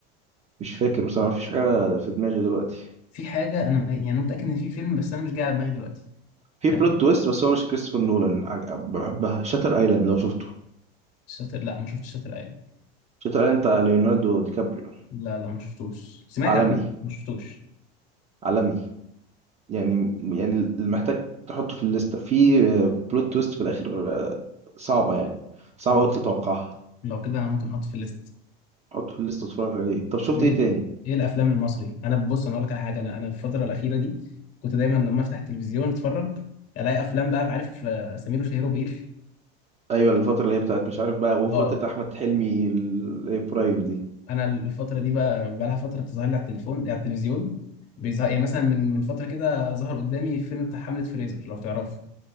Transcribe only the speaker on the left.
في حاجه انا يعني انا متاكد ان في فيلم بس انا مش جاي على دماغي دلوقتي
يعني
شاطر لا ما شفتش شاطر ايلاند
لا لا ما شفتوش سمعت
عنه ما شفتوش
مم.
لو كده انا ممكن احط في الليست
ايه
ايه الافلام المصري انا بص انا اقول لك على حاجه انا انا في الفتره الاخيره دي كنت دايما لما افتح التلفزيون اتفرج الاقي افلام بقى عارف آه، سمير وشهير وبهير
اه
انا الفتره دي بقى بقى لها فتره بتظهر لي على التليفون على التلفزيون بيظهر يعني مثلا من من فتره كده ظهر قدامي فيلم بتاع حمله فريزر لو تعرفه